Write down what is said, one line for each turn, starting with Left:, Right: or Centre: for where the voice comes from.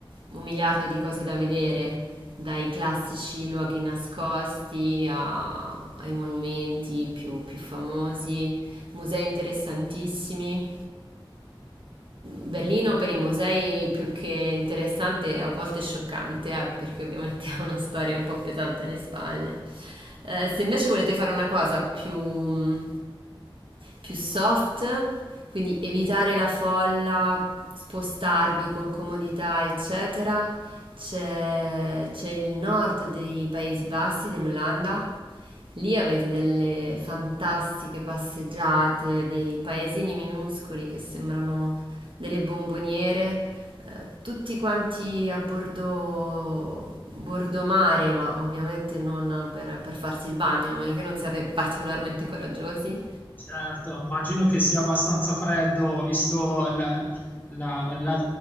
Right: un miliardo di cose da vedere, dai classici luoghi nascosti a- ai monumenti più più famosi, musei interessantissimi. Berlino per i musei più che interessante, a volte scioccante, eh, perché ovviamente <laughs> ha una storia un po' pesante alle spalle. Eh, se invece volete fare una cosa più, più soft, quindi evitare la folla, spostarvi con comodità, eccetera, c'è, c'è il nord dei Paesi Bassi, dell'Olanda, Lì avete delle fantastiche passeggiate, dei paesini minuscoli che sembrano delle bomboniere, eh, tutti quanti a bordo, bordo mare, ma ovviamente non per, per farsi il bagno, a meno che non siate particolarmente coraggiosi.
Left: Certo, immagino che sia abbastanza freddo visto la, la- la-